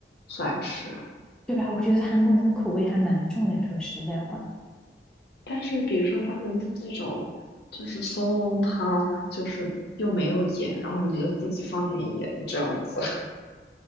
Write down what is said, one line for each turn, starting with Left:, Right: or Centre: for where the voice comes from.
Left: 算是。
Centre: 对吧？我觉得韩国人的口味还蛮重的，说实在话。
Left: 但是比如说他们那种就是烧龙汤，就是又没有盐，然后你就自己放点盐这样子。